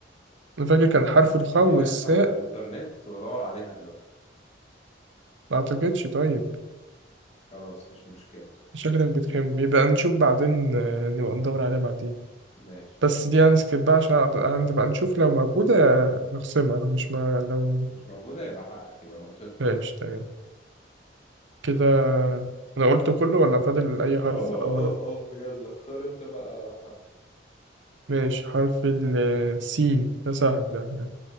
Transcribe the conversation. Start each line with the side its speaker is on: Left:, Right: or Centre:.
Right: أنا فاكر كان حرف الخاء
Left: خليني
Right: والساء
Left: افتح الانترنت وادور عليها دلوقتي
Right: ما أعتقدش طيب
Left: خلاص مش مشكلة
Right: شكلك بتخم يبقى نشوف بعدين آه، نبقى ندور عليها بعدين
Left: ماشي
Right: بس دي هنسكيب بقى عشان هنبقى نشوف لو موجودة نخصمها لو مش ما لو
Left: مش موجودة يبقى حقك يبقى نقطتك
Right: ماشي تمام كده أنا قلت كله ولا فاضل أي حرف
Left: اه اه
Right: أول
Left: اه يلا اختار انت بقى حرف
Right: ماشي حرف السين ده سهل ده يعني